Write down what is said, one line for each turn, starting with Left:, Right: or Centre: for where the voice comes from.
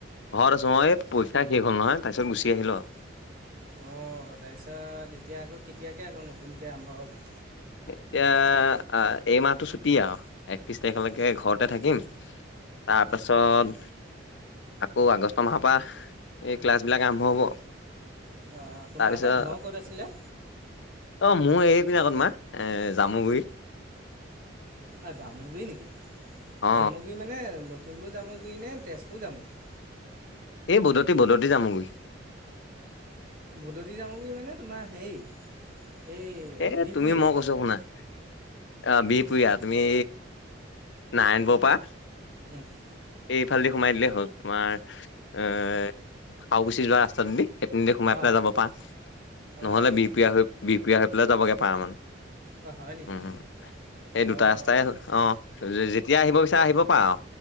Left: ঘৰত আছোঁ অ', এই পইচা শেষ হ'ল নহয় তাৰপিছত আহিলোঁ আৰু।
Right: অ', তাৰপিছত তেতিয়া আকৌ কেতিয়াকে আকৌ নতুনকে আৰম্ভ হ'ব?
Left: এতিয়া, আ এই মাহটো ছুটি আৰু। একত্ৰিশ তাৰিখলৈকে
Right: অঁ
Left: ঘৰতে থাকিম তাৰপাছত আকৌ আগষ্ট মাহৰ পা এই ক্লাছবিলাক আৰম্ভ হ'ব।
Right: অ', তোমালোকৰ
Left: তাৰপিছত
Right: ঘৰ ক'ত আছিলে?
Left: অ', মোৰ এইপিনে আকৌ তোমাৰ জামুগুৰি।
Right: অ', জামুগুৰি নেকি?
Left: অ
Right: জামুগুৰি মানে লখিমপুৰ জামুগুৰি নে তেজপুৰ জামুগুৰি?
Left: এই বদতি, বদতি জামুগুৰি।
Right: বদতি জামুগুৰি মানে তোমাৰ হেৰি এই
Left: এ
Right: বিহপুৰীয়া!
Left: <inaudible> অ', বিহপুৰীয়া তুমি নাৰায়ণপুৰৰ পা
Right: উম।
Left: এইফালেদি সোমাই দিলেই হ'ল তোমাৰ এ, খাওঁকুচি যোৱা ৰাস্তাটোদি। সেইপিনেদি সোমাই পেলাই
Right: অঁ
Left: যাব পাৰা, নহ'লে
Right: অঁ
Left: বিহপুৰীয়া হৈ বিহপুৰীয়া হৈ পেলাই যাবগে পাৰা মানে।
Right: অঁ হয় নেকি
Left: উম, এই
Right: অঁ
Left: দুটা ৰাস্তাই অ', যেতিয়া আহিব ই আহিব পাৰা আৰু।